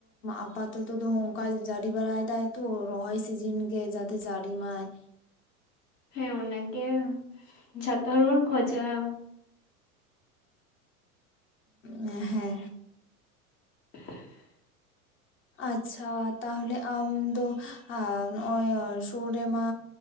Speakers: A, on the left (about 25°); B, on the left (about 85°).
A: ᱟᱯᱟᱛ <unintelligible> ᱚᱱᱠᱟ ᱡᱟᱹᱨᱤ ᱵᱟᱲᱟᱭ ᱫᱟᱭ ᱛᱚ ᱨᱚᱦᱚᱭ ᱥᱤᱡᱤᱱ ᱜᱮ ᱡᱟᱛᱮ ᱡᱟᱹᱲᱤ ᱢᱟᱭ ᱾
B: ᱦᱮᱸ ᱚᱱᱟ ᱜᱮ ᱡᱚᱛᱚᱦᱚᱲ ᱵᱚᱱ ᱠᱷᱚᱡᱚᱜᱼᱟ ᱾
A: ᱦᱮᱸ ᱾
B: <inaudible>
A: ᱟᱪᱪᱷᱟ ᱛᱟᱦᱚᱞᱮ ᱟᱢ ᱫᱚ ᱟᱸ ᱱᱚᱜᱼᱚᱭ ᱥᱚᱰᱮᱢᱟ